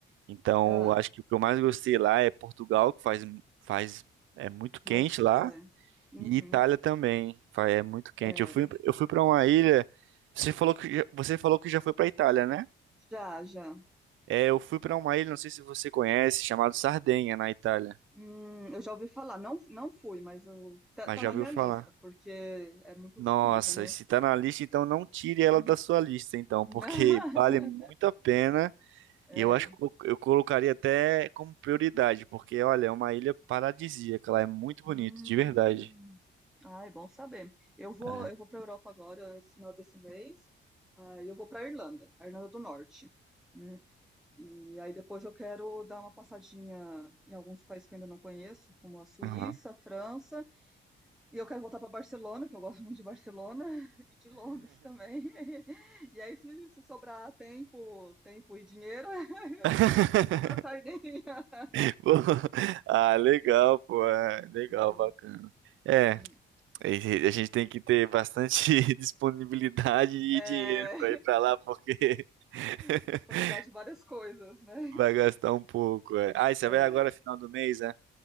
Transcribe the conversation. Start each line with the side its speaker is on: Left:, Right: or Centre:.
Right: Então,
Centre: Ah,
Right: acho que o que eu mais gostei lá é Portugal, que faz faz é muito
Centre: mas
Right: quente lá.
Centre: é. Uhum.
Right: E Itália também, fa- é muito quente.
Centre: É.
Right: Eu fui, eu fui para uma ilha. Você falou que já- você falou que já foi para Itália, né?
Centre: Já, já.
Right: É, eu fui para uma ilha, não sei se você conhece, chamado Sardenha na Itália,
Centre: Hum, eu já ouvi falar. Não, não fui, mas eu, tá,
Right: mas
Centre: tá
Right: já
Centre: na
Right: ouviu
Centre: minha
Right: falar.
Centre: lista, porque é muito
Right: Nossa,
Centre: bonita, né?
Right: e se tá na lista, então não tire ela
Centre: Uhum.
Right: da sua lista, então, porque
Centre: <laughs>
Right: vale muito a pena.
Centre: É.
Right: E eu acho que eu eu colocaria até como prioridade, porque olha, é uma ilha paradisíaca, ela é muito bonito,
Centre: Hum.
Right: de verdade.
Centre: Ah, é bom saber. Eu vou,
Right: É.
Centre: eu vou para Europa agora, esse final desse mês. Aí eu vou para Irlanda, a Irlanda do Norte, né? E aí depois eu quero dar uma passadinha em alguns países que eu ainda não conheço, como a Suíça,
Right: Aham.
Centre: a França E eu quero voltar para Barcelona, que eu gosto muito de Barcelona <laughs> e de Londres também. <laughs> E aí, se, se sobrar tempo, tempo e dinheiro, <laughs> eu
Right: <laughs>
Centre: vou, vou para Sardinha. <laughs>
Right: Pô, <laughs> Ah, legal, pô. é, legal,
Centre: É,
Right: bacana. É,
Centre: uhum.
Right: a gente tem que ter bastante <laughs> disponibilidade e
Centre: É,
Right: dinheiro pra ir pra lá, porque <laughs>
Centre: <laughs> disponibilidade de várias coisas, né?
Right: vai gastar um pouco. É. Ah, e você
Centre: É,
Right: vai agora final do mês, é?